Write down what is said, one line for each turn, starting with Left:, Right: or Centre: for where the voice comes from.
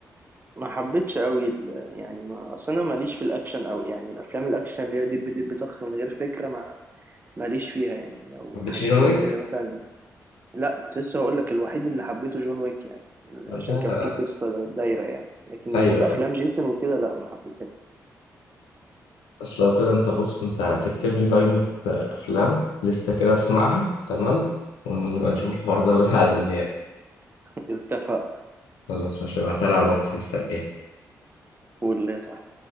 Right: ما حبيتش قوي ال... يعني ما اصل انا ماليش في الاكشن قوي يعني الافلام الاكشن اللي هي دب دب طخ من غير فكره ما ماليش فيها يعني او
Left: حبيتش
Right: الحاجات
Left: جون
Right: اللي
Left: ويك
Right: هي مثلا لا كنت لسه هقول لك الوحيد اللي حبيته جون ويك يعني
Left: ده
Right: عشان كان فيه قصة دايرة يعني لكن
Left: ايوه
Right: بأفلام جيسون وكده لا ما حبيتهاش
Left: بس لو كده انت بص انت هتكتب لي قائمه افلام لسته كده اسمعها تمام ونبقى نشوف الحوار ده بعدين يعني
Right: <laughs> اتفقنا
Left: خلاص ماشي ابعتها لي على الواتس مستنيك
Right: واللي صح